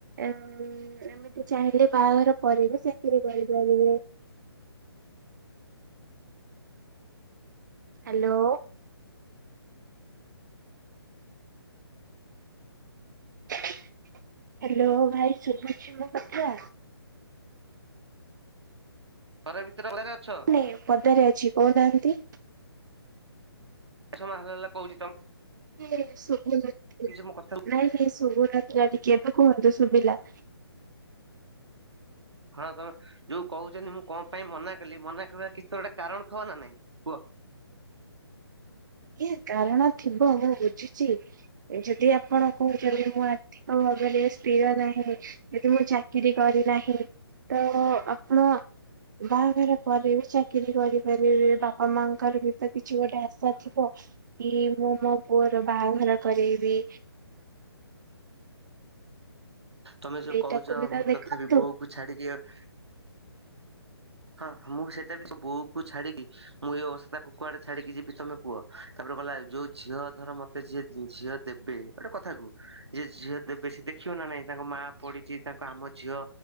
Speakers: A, on the right (about 45°); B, on the right (about 80°).
A: ଏମିତି ଚାହିଁଲେ ବାହାଘର ପରେ ବି ଚାକିରରି କରିପାରିବେ। ହ୍ୟାଲୋ। ହ୍ୟାଲୋ ଭାଇ ଶଭୁଛି ମୋ କଥା।
B: ଘର ଭିତରେ ବୋଧେ ଅଛ।
A: ହେ ପଦାରେ ଅଛି କହୁନାହାନ୍ତି।
B: ଏତେ ସମୟ ହାଲୋ ହାଲୋ ହା ଲା ହ କହୁଛି ତମ।
A: ଏ ଶୁଭୁନି।
B: କିଛି ମୋ କଥାକୁ।
A: ନାଇଁ ନାଇଁ ଶୁଭୁନଥିଲା ଟିକେ ତ ଏବେ କୁହନ୍ତୁ ଶୁଭିଲା।
B: ହଁ ହଁ ଯୋଉ କହୁଛନ୍ତି ମୁଁ କଣ ପାଇଁ ମନା କଲି ମନା କରିବାର କିଛି ଗୋଟେ କାରଣ ଥିବ ନା ନାଇଁ। କୁହ?
A: ଆଜ୍ଞା କାରଣ ଥିବ ମୁଁ ବୁଝୁଛି ଯଦି ଆପଣ କହୁଛନ୍ତି ମୁଁ। ଭାବରେ ସ୍ଥିର ନାହିଁ ଯଦି ମୁଁ ଚାକିରି କରିନାହିଁ। ତ ଆପଣ ବାହାଘର। ପରେ ବି ଚାକିରିୀ କରିପାରିବେ ବାପା ମାଙ୍କର ବି ତ କିଛି ଗୋଟେ ଆଶା ଥିବ। କି ମୁଁ ମୋ ପୁଅର ବାହାଘର କରେଇବି।
B: ତମେ ଯୋଉ
A: ସେଇଟାକୁ
B: କହୁଛ
A: ବି ତ
B: ମୁଁ
A: ଦେଖନ୍ତୁ।
B: ତଥାପି ବୋଉ କୁ ଛାଡିକି ଆଉ। ହଁ ମୁଁ ସେଠି। ସେଠି ବୋଉ କୁ ଛାଡ଼ିକି। ମୁଁ ଏଇ ଅବସ୍ଥାରେ ତାକୁ କୁଆଡେ ଛାଡିକି ଯିବି ତମେ କୁହ ତାପରେ ଗଲା ଯୋଉ ଝିଅ ଧର ମତେ। ସେ ଯିଏ ଝିଅ ଦେବେ ଗୋଟେ କଥା କୁ। ଯେ ଝିଅ ଦେବେ ସିଏ ଦେଖିବେ ନା ନାଇଁ ତାଙ୍କ ମା ପଡିଛି ତାଙ୍କ ଆମ ଝିଅ